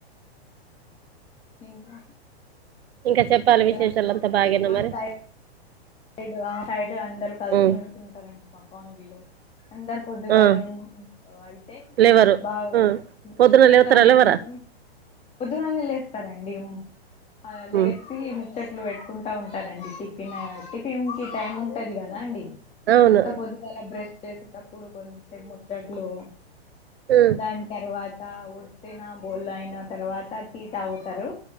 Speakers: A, on the left (about 20°); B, on the right (about 65°).
A: ఇంకా
B: ఇంకా చెప్పాలి
A: ఇక
B: విశేషాలు అంతా బాగేనా
A: మా
B: మరి
A: సైడ్ సైడ్ ఆ సైడ్ అందరు కలిసిమెెలిసి
B: ఉమ్
A: ఉంటారండి మా కాల్నిలో అందరు పొద్దుగాళ్
B: ఆ
A: ఉ అయితే
B: లేవరు
A: బాగ్
B: ఉమ్ పొద్దున
A: పోద్దుగాళ
B: లేవుతారా లేవరా
A: నుంచొని పొద్దుగాల్నే లేస్తారండి ఆ లేచి
B: ఉమ్
A: ముచ్చట్లు పెట్టుకుంటూ ఉంటారండి టిఫిన్ టిఫిన్కి టైం ఉంటది కదా అండి
B: అవును
A: అంత పొద్దుగాలా బ్రష్ చేసేటప్పుడు కొంచెప్ ముచ్చట్లు
B: ఉమ్
A: దాని తర్వాత ఊడ్చినా బోల్యినా తర్వాత టీ తాగుతారు